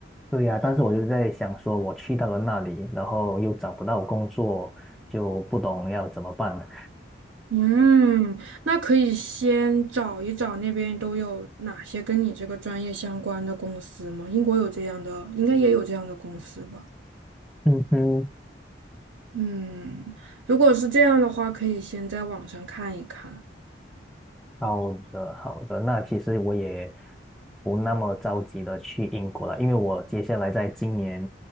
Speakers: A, in the centre; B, on the right.
A: 对呀，但是我就在想说，我去到了那里，然后又找不到工作，就不懂要怎么办。
B: 嗯，那可以先找一找那边都有哪些跟你这个专业相关的公司吗？英国有这样的，应该也有这样的公司吧。
A: 嗯哼，
B: 嗯，如果是这样的话，可以先在网上看一看。
A: 好的，好的。那其实我也不那么着急的去英国了，因为我接下来在今年